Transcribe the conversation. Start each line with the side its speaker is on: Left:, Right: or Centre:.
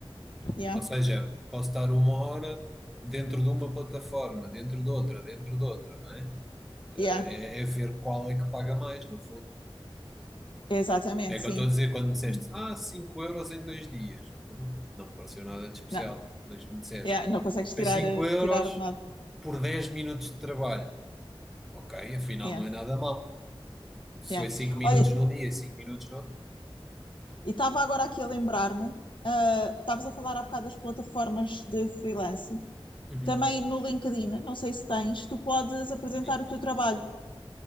Left: Yeah,
Centre: Ou seja, posso estar uma hora dentro de uma plataforma, dentro de outra, dentro de outra, não é? É,
Left: yeah,
Centre: é ver qual é que paga mais, no fundo.
Left: exatamente,
Centre: É o
Left: sim.
Centre: que eu estou a dizer quando me disseste,
Left: sim.
Centre: ah, 5 euros em dois dias. Hum, Não me pareceu nada de especial,
Left: Não,
Centre: mas me disseste,
Left: yeah, não consegues tirar,
Centre: foi 5
Left: eh,
Centre: euros
Left: tirar de nada.
Centre: por 10 minutos de trabalho. Ok, afinal
Left: Yeah,
Centre: não é nada mal. Se
Left: yeah.
Centre: foi 5 minutos
Left: Olha,
Centre: num dia e 5 minutos no outro.
Left: e estava agora aqui a lembrar-me, ah, estavas a falar há bocado das plataformas de freelance
Centre: Uhum,
Left: Também no LinkedIn, não sei se tens, tu podes apresentar
Centre: Sim.
Left: o teu trabalho.